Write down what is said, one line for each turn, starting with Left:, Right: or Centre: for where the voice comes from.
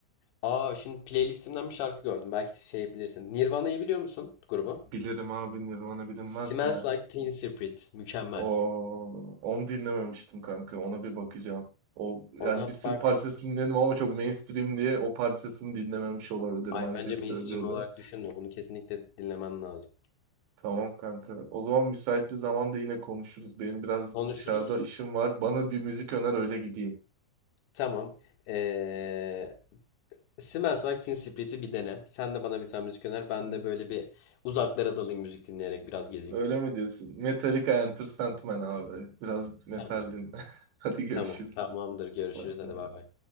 Left: Aa şimdi playlistimden bir şarkı gördüm. Belki şey bilirsin. Nirvana'yı biliyor musun grubu?
Right: Bilirim abi Nirvana bilinmez
Left: Smells
Right: mi ya?
Left: Like Teen Spirit. Mükemmel.
Right: O onu dinlememiştim kanka. Ona bir bakacağım. O
Left: Ona
Right: yani bir sürü
Left: bak.
Right: parçasını dinledim ama çok mainstream diye o parçasını dinlememiş olabilirim.
Left: Ay
Right: Herkes
Left: bence mainstream
Right: söylüyordu.
Left: olarak düşünme. Bunu kesinlikle dinlemen lazım.
Right: Tamam kanka. O zaman müsait bir zamanda yine konuşuruz. Benim biraz
Left: Konuşuruz.
Right: dışarıda işim var. Bana bir müzik öner öyle gideyim.
Left: Tamam. Ee, Smells Like Teen Spirit'i bir dene. Sen de bana bir tane müzik öner. Ben
Right: Hı.
Left: de böyle bir uzaklara dalayım müzik dinleyerek biraz gezeyim.
Right: Öyle mi diyorsun? Metallica Enter Sandman abi. Biraz metal
Left: Tamam.
Right: dinle. <laughs> Hadi görüşürüz.
Left: Tamam. Tamamdır. Görüşürüz.
Right: Bay
Left: Hadi
Right: bay.
Left: bay bay.